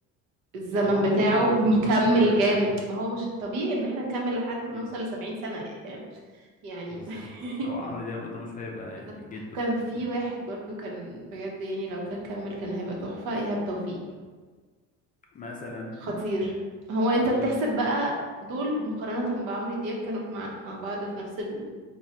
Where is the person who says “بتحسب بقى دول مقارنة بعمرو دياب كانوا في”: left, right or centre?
Right